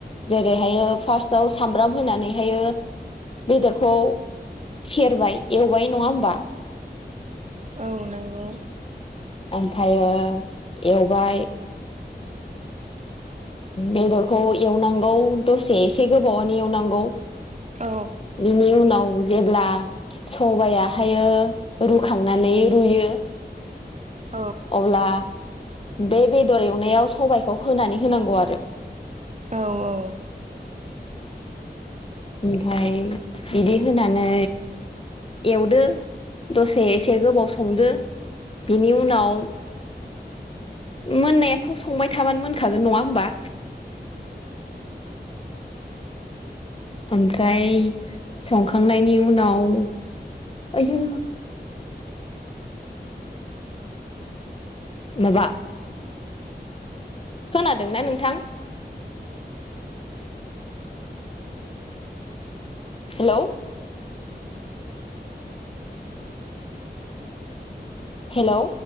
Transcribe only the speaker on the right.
औ नोंगौ
औ
औ
औ औ